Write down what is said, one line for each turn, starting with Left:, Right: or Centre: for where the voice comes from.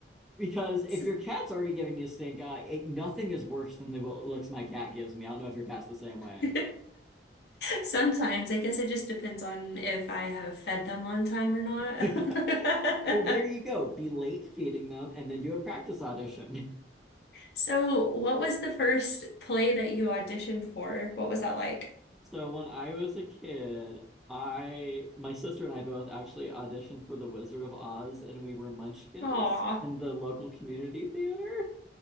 Centre: Because if
Left: S-
Centre: your cat's already giving you stink eye, it, nothing is worse than the looks my cat gives me. I don't know if your cat's the same way.
Left: <laughs> Sometimes, I guess it just depends on if I have fed them on time or not.
Centre: <laughs>
Left: <laughs>
Centre: Well, there you go. Be late feeding them and then do a practice audition.
Left: So, what was the first play that you auditioned for? What was that like?
Centre: So when I was a kid, I my sister and I both actually auditioned for The Wizard of Oz and we were Munchkins
Left: Aw,
Centre: in the local community theater.